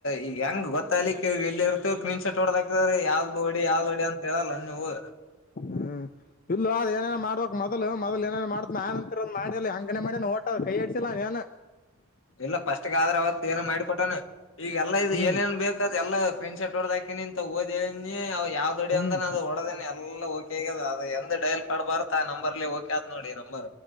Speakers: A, on the left; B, on the left.
A: ಈಗ ಹೆಂಗ ಗೊತ್ತ್ಲಿಕ್ಕೆ ಎಲ್ಲಿ ಇರ್ತವ ಕ್ರೀನ್ ಶಾಟ್ ಹೊಡದಾಕ್ತ್ರ ಯಾವ್ದು ಹೊಡಿ ಯಾವ್ದ ಹೊಡಿ ಅಂತ ಹೇಳಲ್ಲ ನೀವು
B: ಹ್ಮ್ ಇಲ್ಲ ಅಲ್ ಏನೇನ ಮಾಡಬೇಕ್ ಮೊದಲು ಮೊದಲ್ ಏನೇನ ಮಾಡತ ನನ್ಂತರ ಮನಲಿ ಹಂಗನೆ ಮಾಡ್ ಹ ಕೈಯಡಿಸಿಲ್ಲಾ ಏನು
A: ಇಲ್ಲ ಫಸ್ಟ್ಗ ಆದ್ರ ಅವತ್ ಏನು ಮಾಡಿಕ ಕೊಟಾನ ಈಗ ಎಲ್ಲಾ ಇದು
B: ಹ್ಮ್
A: ಏನೇನ್ ಬೇಕಾದ ಎಲ್ಲಾ ಪ್ರಿನ್ ಶರ್ಟ್ ಹೊಡದಾಕಿನಿ ಅಂತ ಓದೆ ನೀ ಯಾವ್ ದದುಡಿ
B: ಹ್ಮ್
A: ಅಂದಾನ ಅದು ಹೊಡದೇನೆ ಎಲ್ಲ ಓಕೆ ಆಗದ ಅದ ಎಂದ ಡಯಲ್ ಪಡ್ಬಾರು ಆ ನಂಬರ್ಲ್ಲಿ ಓಕೆ ಆತ ನೋಡಿ ಬರ